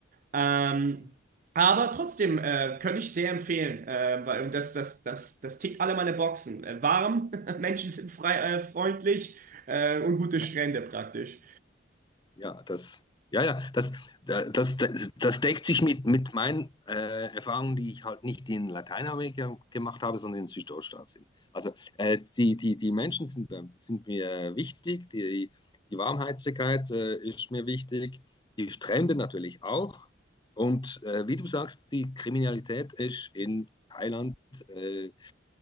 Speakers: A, on the right (about 40°); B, on the left (about 25°).
A: Ähm,
B: Mhm.
A: aber trotzdem äh, könnte ich sehr empfehlen, äh, weil und das, das, das, das tickt alle meine Boxen. Äh, warm, <laughs> Menschen sind frei, äh, freundlich äh, und gute
B: Ja.
A: Strände praktisch.
B: Ja, das, ja, ja, das, da- das, das, das deckt sich mit, mit meinen äh, Erfahrungen, die ich halt nicht in Lateinamerika gemacht habe, sondern in Südostasien. Also äh, die, die, die Menschen sind, mir- sind mir wichtig, die, die Warmherzigkeit äh, ist mir wichtig, die Strände natürlich auch. Und äh, wie du sagst, die Kriminalität ist in Thailand äh,